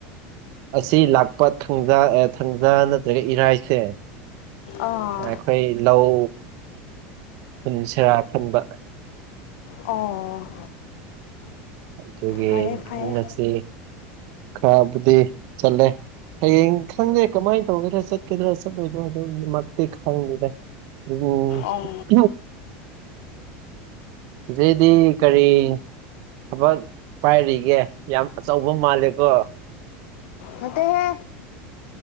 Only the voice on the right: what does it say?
ꯑꯁꯤ ꯂꯥꯛꯄ ꯊꯪꯖ ꯑꯦ ꯊꯪꯖ ꯅꯠꯇ꯭ꯔꯒ ꯏꯔꯥꯏꯁꯦ
ꯑꯩꯈꯣꯏ ꯂꯧ ꯎꯟꯁꯦꯔꯥ ꯈꯟꯕ
ꯑꯗꯨꯒꯤ
ꯉꯁꯤ ꯈꯔꯕꯨꯗꯤ ꯆꯠꯂꯦ ꯍꯌꯦꯡ ꯈꯪꯗꯦ ꯀꯃꯥꯏ ꯇꯧꯒꯦꯔꯥ ꯆꯠꯀꯗ꯭ꯔꯥ ꯆꯠꯂꯣꯏꯗ꯭ꯔꯣ ꯑꯗꯨꯃꯛꯇꯤ ꯈꯪꯗꯦꯗ <unintelligible>
ꯁꯤꯗꯩꯗꯤ ꯀꯔꯤ ꯊꯕꯛ ꯄꯥꯏꯔꯤꯒꯦ ꯌꯥꯝ ꯑꯆꯧꯕ ꯃꯥꯜꯂꯦꯀꯣ